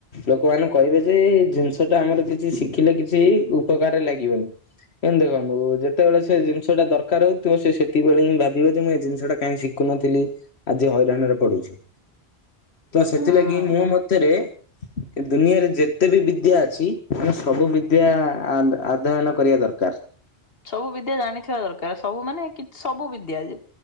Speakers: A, on the left (about 80°); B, on the left (about 65°).
A: ଲୋକମାନେ କହିବେ ଯେ ଏ ଜିନିଷଟା ଆମର କିଛି ଶିଖିଲେ କିଛି ଉପକାରରେ ଲାଗିବନି। ଏମତି ଦେଖନ୍ତୁ ଯେତେବେଳେ ସେ ଜିନିଷଟା ଦରକାର ହଉଥିବ ସେ ସେତିକି ବେଳେ ହିଁ ଭାବିବ ଯେ ମୁଁ ଏ ଜିନିଷଟା କାହିଁ ଶିଖୁନଥିଲି ଆଜି ହଇରାଣରେ ପଡୁଛି। ତ ସେଥିଲାଗି
B: ହୁଁ।
A: ମୋ ମତରେ ଏ ଦୁନିଆରେ ଯେତେ ବି ବିଦ୍ୟା ଅଛି ଆମେ ସବୁ ବିଦ୍ୟା ଆଦ୍ ଆଦୟନ କରିବା ଦରକାର।
B: ସବୁ ବିଦ୍ୟା ଜାଣିଥିବା ଦରକାର ସବୁ ମାନେ କିଛ୍ ସବୁ ବିଦ୍ୟା ଯେ,